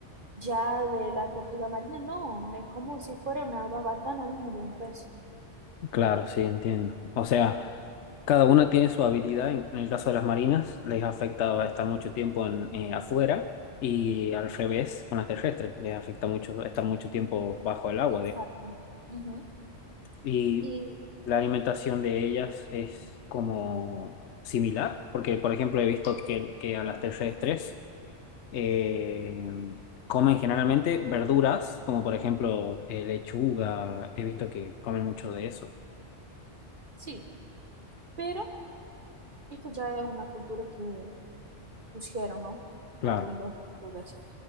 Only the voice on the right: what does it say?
Ya de la tortuga marina, no, es como si fuera una babatana mismo de un pez.
Exacto.
Ujú.
Y
sí, pero esto ya es una cultura que pusieron, ¿no? A
los tortugas,